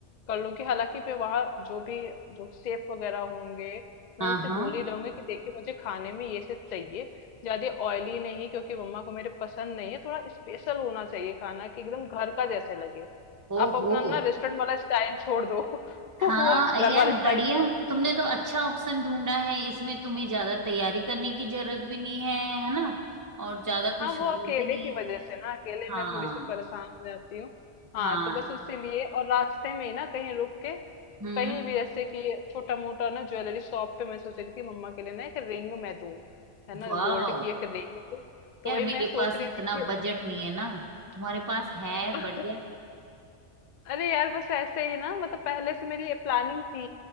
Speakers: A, on the left; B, on the right.
A: कर लूंगी हालांकि मैं वहाँ जो भी जो शेफ वगैरह होंगे
B: हाँ
A: मैं उनसे
B: हाँ
A: बोल ही रहूंगी कि देखिए मुझे खाने में ये सब चाहिए ज्यादा ऑयली नहीं क्योंकि मम्मा को मेरे पसंद नहीं है थोड़ा स्पेशल होना चाहिए खाना कि एकदम घर का जैसे लगे
B: ओहो
A: आप अपना ना रेस्टोरेंट वाला स्टाइल छोड़ दो <laughs>
B: हाँ
A: वो आप घर
B: यार
A: वाले स्टाइल
B: बढ़िया तुमने तो अच्छा ऑप्शन ढूंढा है इसमें तुम्हें ज्यादा तैयारी करने की जरूरत भी नहीं है है ना और ज्यादा कुछ
A: हाँ वो
B: वो
A: अकेले
B: भी नहीं
A: की
B: है
A: वजह से ना अकेले
B: हाँ
A: मैं थोड़ी सी परेशान हो जाती हूँ हाँ
B: हाँ
A: तो बस उसी लिए और रास्ते में ही ना कहीं रुक के
B: हम्म
A: कहीं भी जैसे कि छोटा मोटा ना ज्वेलरी शॉप पे मैं सोच रही थी कि मम्मा के लिए ना एक रिंग मैं दूँ है ना
B: वाह
A: गोल्ड की एक रिंग दूँ तो
B: यार
A: वही
B: मेरे
A: मैं सोच
B: पास
A: रही
B: इतना
A: थी कि
B: बजट नहीं है ना तुम्हारे पास है
A: <laughs>
B: बढ़िया
A: अरे यार बस ऐसे ही ना मतलब पहले से मेरी ये प्लानिंग थी